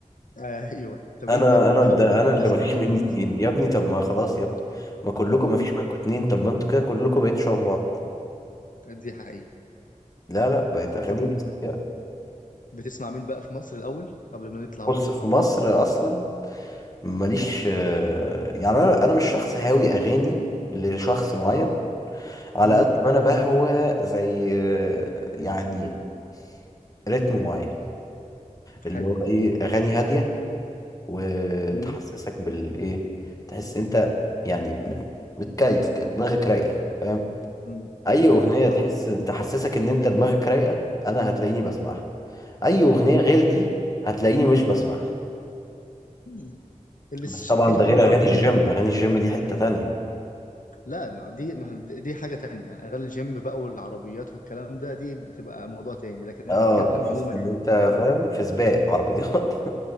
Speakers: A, on the left; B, on the left.
A: ايوه طب
B: انا
A: انت بتتفرج
B: انا ده
A: على
B: انا اللي
A: بتسمع
B: مفيش
A: مين
B: مني
A: دلوقتي
B: اتنين يا ابني طب ما خلاص يا ابني ما كلكم
A: امم
B: مفيش منكم اتنين طب ما انتوا كده كلكم بقيتوا شبه بعض
A: دي حقيقة
B: لا لا بقت اغاني
A: طب انت
B: سيئة.
A: بتسمع مين بقى في مصر الاول قبل ما نطلع
B: بص
A: بره
B: في مصر اصلا ماليش آه، يعني انا انا مش شخص هاوي اغاني لشخص معين
A: اه
B: على
A: امم
B: قد ما انا بهوى زي آه، يعني رتم معين اللي
A: حلو
B: هو ايه اغاني هاديه وتحسسك
A: امم
B: بالايه تحس انت يعني مت- متكيف كده دماغك رايقه فاهم
A: امم
B: اي اغنيه
A: اه
B: تحس تحسسك ان انت دماغك رايقه انا هتلاقيني بسمعها اي اغنيه غير دي هتلاقيني مش بسمعها
A: مم. اللي
B: بس
A: شفيته
B: طبعا ده
A: قوي
B: غير
A: برضو
B: اغاني الجيم اغاني الجيم دي حته تانية
A: لا ما دي ما دي حاجة تانية يعني اغاني الجيم بقى والعربيات والكلام ده دي بتبقى موضوع تاني لكن
B: اه
A: انا بتكلم
B: <laughs> تحس
A: عموما
B: ان
A: يعني
B: انت
A: في الحياة عموما
B: فاهم في سباق عربيات
A: اه
B: <laughs>